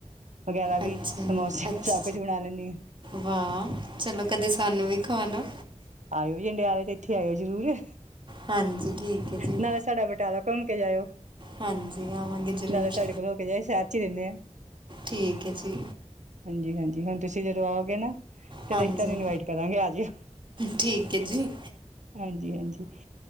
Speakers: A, on the right; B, on the right.
A: ਵਗੈਰਾ ਵੀ,
B: ਅੱਛਾ
A: ਸਮੋਸੇ
B: ਅੱਛਾ
A: ਸਭ ਕੁਝ ਬਣਾ ਲੈਂਦੀ ਹਾਂ।
B: ਵਾਹ! ਚਲੋ ਕਦੇ ਸਾਨੂੰ ਵੀ ਖਵਾ ਨਾ।
A: ਆਇਓ ਜਾਡੇਿਆਲੇ ਤੇ ਇੱਥੇ ਆਇਓ ਜਰੂਰ।
B: ਹਾਂਜੀ ਠੀਕ ਹੈ ਜੀ
A: ਨਾਲੇ ਸਾਡਾ ਬਟਾਲਾ ਘੁੰਮ ਕੇ ਜਾਇਓ।
B: ਹਾਂਜੀ ਆਵਾਂਗੇ ਜ਼ਰੂਰ
A: ਨਾਲੇ ਸਾਡੇ ਕੋਲ ਹੋ ਕੇ ਜਾਉ ਸ਼ਹਿਰ ਚ ਹੀ ਦਿੰਦੇ ਆ।
B: ਠੀਕ ਹੈ ਜੀ।
A: ਹਾਂਜੀ -ਹਾਂਜੀ ਹੁਣ ਤੁਸੀਂ ਜਦੋਂ ਆਓਗੇ ਨਾ। ਫੇਰ
B: ਹਾਂਜੀ
A: ਅਸੀਂ ਤੁਹਾਨੂੰ ਇਨਵਾਈਟ ਕਰਾਂਗੇ ਆ ਜਿਓ।
B: ਠੀਕ ਹੈ ਜੀ।
A: ਹਾਂਜੀ- ਹਾਂਜੀ